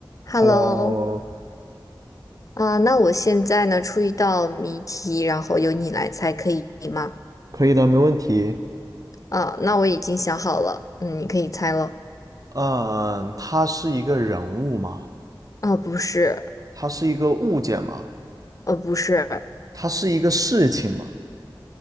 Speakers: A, on the left; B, on the right.
A: Hello，
B: Hello，
A: 啊、那我现在呢出一道谜题，然后由你来猜，可以吗？
B: 可以的，没问题。
A: 啊、那我已经想好了，嗯，你可以猜了。
B: 嗯，它是一个人物吗？
A: 啊、不是，
B: 它是一个物件吗？
A: 呃、不是，
B: 它是一个事情吗？